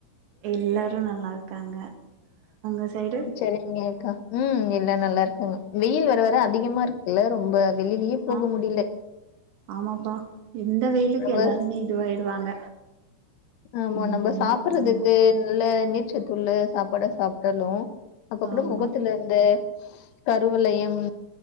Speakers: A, on the right; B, on the left.
A: எல்லாரு நல்லா இருக்காங்க உங்க சைடு
B: சரிங்கக்கா உம் எல்லா நல்லா இருக்காங்க வெயில் வர வர அதிகமா இருக்குல்ல ரொம்ப வெளிலயே போக
A: ஆம்
B: முடியல
A: ஆமாப்பா இந்த வெயிலுக்கு
B: நம்ம
A: எல்லாருமே இதுவாயிடுவாங்க
B: ஆமா
A: ம்
B: நம்ம
A: ரொம்ப
B: சாப்பறதுக்கு
A: க ஆமா
B: நல்ல நீர்ச்சத்துள்ள சாப்பாட சாப்டாலு அப்ப கூட
A: ஆமா
B: மொகத்துல இந்த கருவளயம்